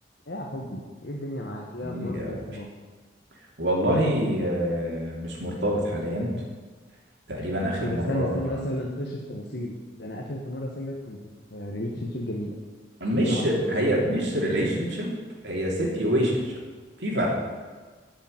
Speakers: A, on the left; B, on the right.
A: يا حبي ايه الدنيا معاك ايه
B: ايه
A: اخبار
B: يا
A: الارتباط
B: قلبي والله آه، مش مرتبط حاليا تقريبا اخر
A: ايه ده
B: مره
A: استنى استنى بس قبل ما تخش في تفاصيل ده انا اخر مره سايبك كنت في ريليشن شيب جميله
B: مش
A: ايه اللي حصل
B: هي مش ريليشن شيب هي سيتويشن شيب في فرق